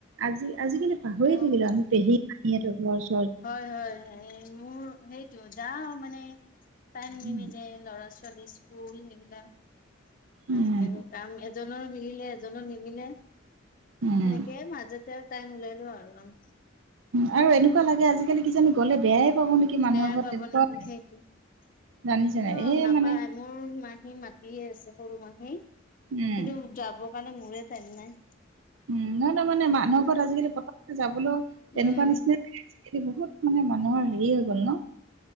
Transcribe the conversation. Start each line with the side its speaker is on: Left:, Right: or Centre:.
Right: আজি আজিকালি পাহৰিয়ে
Left: আৰু
Right: থাকিলোঁ
Left: অ।
Right: আমি পেহী সিহঁত <unintelligible>
Left: হয় হয় মোৰ সেইটো যাওঁ মানে। টাইম
Right: উম
Left: নিমিলে ল'ৰা- ছোৱালীৰ স্কুল সেইবিলাক
Right: উম
Left: হাজবেণ্ড, কাম এজনৰ মিলে, এজনৰ নিমিলে সেনেকে
Right: উম
Left: মাজতে টাইম মিলালে আৰু ইমান
Right: উম আৰু এনেকুৱা লাগে আজিকালি কিজানি গ'লে বেয়াই পাব নেকি মানুহৰ
Left: বেয়া
Right: ঘৰত
Left: পাব
Right: তেনেকুৱা
Left: নেকি সেইটোৱেই
Right: জানিছে
Left: কিন্তু
Right: নাই এই
Left: নাপায়
Right: মানে
Left: মোৰ মাহী মাতিয়ে আছে সৰু মাহি
Right: উম
Left: কিন্তু যাবৰ কাৰণে মোৰে টাইম নাই,
Right: উম, নহয় নহয় মানে মানুহৰ
Left: আপোনাৰ
Right: ঘৰত আজিকালি পথম যাবলৈও তেনেকুৱা
Left: উম
Right: নিচিনাই আ স বহুত মানে মানুহৰ হেৰি হৈ গ'ল ন।